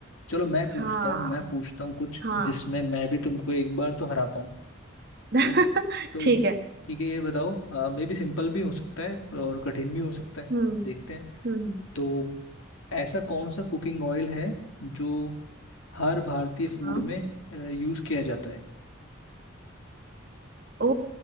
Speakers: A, on the left (about 85°); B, on the right (about 50°).
A: चलो मैं पूछता
B: हाँ
A: हूँ मैं पूछता हूँ कुछ
B: हाँ
A: जिसमें मैं भी तुमको एक बार तो हरा पाऊँ
B: <laughs>
A: तो तो
B: ठीक है
A: ठीक है ये बताओ मे भी सिंपल भी हो सकता है और कठिन भी हो सकता है
B: हम्म
A: देखते हैं
B: हम्म
A: तो ऐसा कौन सा कुकिंग ऑयल है जो हर भारतीय फूड
B: हाँ
A: में यूज किया जाता है
B: ओ